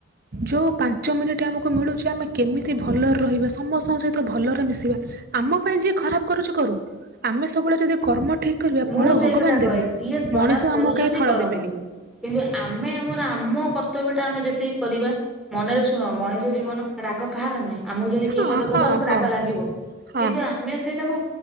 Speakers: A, on the right; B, in the centre.
A: ଯୋଉ ପାଞ୍ଚ ମିନିଟ ଆମକୁ ମିଳୁଛି ଆମେ କେମିତି ଭଲରେ ରହିବା ସମସ୍ତଙ୍କ ସହିତ ତ ଭଲରେ ମିଶିବା ଆମ ପାଇଁ ଯିଏ ଖରାପ କରୁଛି କରୁ ଆମେ ସବୁବେଳେ ଯଦି କର୍ମ ଠିକ୍। କରିବା
B: ମୁଁ
A: ଫଳ
B: ସେଇ
A: ଭଗବାନ
B: କଥା କହେ
A: ଦେବେ
B: ଯିଏ ଖରାପ
A: ମଣିଷ
B: କରୁଛନ୍ତି
A: ଆମକୁ କେହି ଫଳ
B: କରନ୍ତୁ।
A: ଦେବେନି।
B: କିନ୍ତୁ ଆମେ ଆମର ଆମ କର୍ତ୍ତବ୍ୟ ଟା ଆମେ ଯେତିକି କରିବା। ମନରେ ଶୁଣ ମଣିଷ ଜୀବନ ରାଗ କାହାର ନାହିଁ ଆମକୁ ଯଦି କିଏ
A: ହଁ
B: ପଦେ କହିଦବ
A: ହଁ
B: ଆମକୁ
A: ହଁ।
B: ରାଗ ଲାଗିବ
A: ହଁ
B: କିନ୍ତୁ ଆ ଆମେ ସେଇଟାକୁ